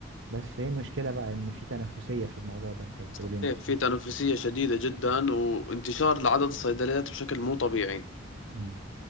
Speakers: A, on the right (about 80°); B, on the left (about 85°).
A: بس هي مشكله بقى ان في تنافسيه في الموضوع ده انت بتقول
B: صحيح
A: ان
B: في تنافسيه شديده جدا وانتشار لعدد الصيدليات بشكل مو طبيعي
A: في